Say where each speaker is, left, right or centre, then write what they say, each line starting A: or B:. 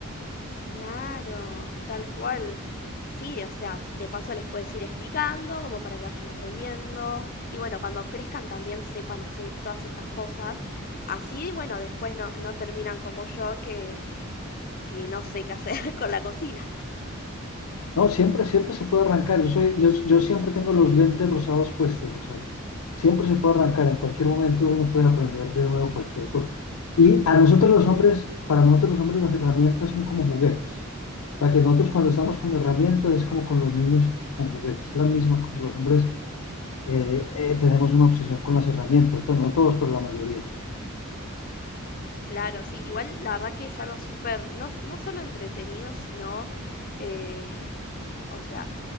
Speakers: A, on the left; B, on the left.
A: Claro, tal cual. Sí, o sea, de paso les puedes ir explicando, como para que vayan aprendiendo. Y bueno, cuando crezcan también sepan hacer todas estas cosas. Así, bueno, después no, no terminan como yo que, que no sé qué hacer <laughs> con la cocina.
B: No, siempre, siempre se puede arrancar. Yo soy, yo, yo siempre tengo los lentes rosados puestos, Rosario. Siempre se puede arrancar. En cualquier momento uno puede aprender de nuevo cualquier cosa. Y a nosotros los hombres, para nosotros los hombres las herramientas son como juguetes. O sea, que nosotros cuando estamos con herramientas es como con los niños con juguetes. Es la misma cosa. Los hombres eh, eh, tenemos una obsesión con las herramientas. Pues no todos, pero la mayoría.
A: Claro, sí, igual la verdad que es algo súper, no, no solo entretenido, sino, eh, o sea,